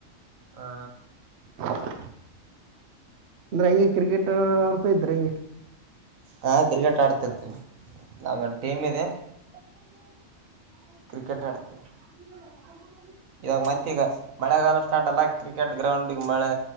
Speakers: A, on the right; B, on the right.
A: ಹಾ
B: ಹ್ಮ್ಮ್. ಅಂದ್ರೆ ಹಂಗೆ ಕ್ರಿಕೆಟ್ ಆಡ್ತಾ ಇದ್ದ್ರ ಹಿಂಗೆ
A: ಹಾ ಕ್ರಿಕೆಟ್ ಆಡ್ತಿರ್ತೀವಿ ನಮ್ದೊಂದು ಟೀಮ್ ಇದೆ
B: ಹ
A: ಕ್ರಿಕೆಟ್ ಆಡ್ತವಿ
B: ಹ
A: ಇವಾಗ ಮತ್ತೆ ಈಗ ಮಳೆಗಾಲ ಸ್ಟಾರ್ಟ್ ಅಲ್ಲ ಕ್ರಿಕೆಟ್ ಗ್ರೌಂಡ್ಗ್ ಮಳೆ